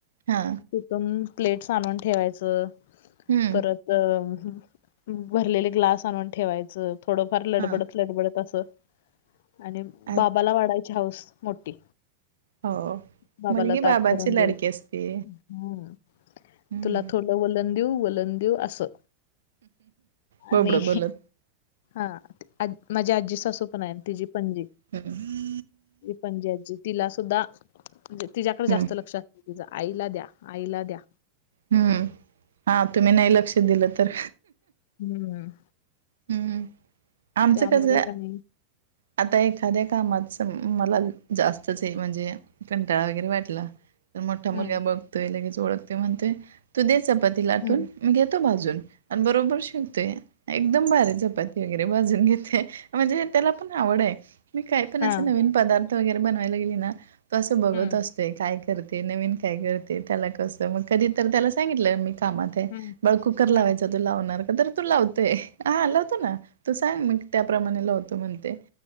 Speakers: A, on the right; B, on the left.
A: हा.
B: तिथून प्लेट्स आणून ठेवायचं.
A: हम्.
B: तसं भरलेले ग्लास आणून ठेवायच. थोडंफार लडबडत
A: हां,
B: लडबडत असं. आणि
A: आ
B: बाबाला वाढायची हाऊस मोठी.
A: हो.
B: बाबाला
A: मुलगी
B: ताट
A: बाबाची
B: करून
A: लाडकी
B: द्यायचं.
A: असते.
B: हम्म.
A: हं,
B: तुला थोड वलण देऊ, वलण देऊ असं. आणि,
A: बोबडं बोलत.
B: हा. आज माझी आजी सासू पण आहे, तिची पणजी.
A: <unintelligible>
B: पंजी आजी तिला सुद्धा, तिच्याकडं
A: हं,
B: जास्त लक्ष. तिचं आईला द्या आईला द्या.
A: हम्म. हा तुम्ही नाही, लक्ष दिलं तर.
B: हम्म.
A: हम्म, आमचं
B: त्यामुळे
A: कसं.
B: का नाही
A: आता एखाद्या कामाचं मला, जास्तच हे म्हणजे कंटाळा वगैरे वाटला. तर मोठा मुलगा
B: हम्म
A: बघतोय लगेच, ओळखतोय म्हणतोय तू दे चपाती लाटून.
B: हम्म
A: मी घेतो भाजून आणि बरोबर शिकतोय, एकदम भारी चपाती वगैरे भाजून घेतोय. म्हणजे त्याला पण आवड आहे मी काही पण
B: हा
A: असे नवीन पदार्थ वगैरे बनवायला गेले ना तसं बघत
B: हम्म
A: असतोय काय करते नवीन काय करते त्याला कसं मग कधी तर त्याला सांगितलं मी कामात
B: हम्म
A: ब कुकर
B: हम्म
A: लावायच तू लावणार का तर तू लावते ह हा लावतो ना तो सांग मी त्याप्रमाणे लावतो म्हणते